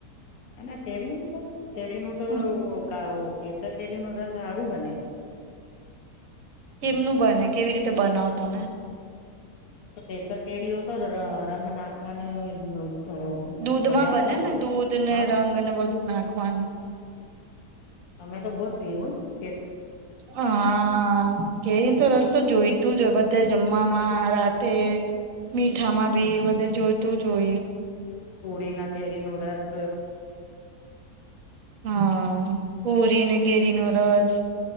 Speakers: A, on the left; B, on the right.
A: અને કેરી નો રસ કેરીનું તો
B: હમ
A: મુકાવુ. કેસર કેરી નો રસ હારું બને.
B: કેમનું બને કેવી રીતે બનાવો તમે.
A: કેસર કેરી હો તો રંગ નાખવાને નો.
B: દૂધમાં
A: ફરયાદ
B: બને
A: ના પડી
B: ને દૂધ ને
A: હ
B: રંગ ને બધું નાખવાનું
A: તમે તો બો <inaudible>
B: હા કેરી તો રસ જોઈતું જ હોય બધા. જમવામાં રાતે મીઠામાં બી બધે જોઈતું હોય.
A: પૂડી ના કેરી નો રસ.
B: હા પૂરીને કેરીનો રસ.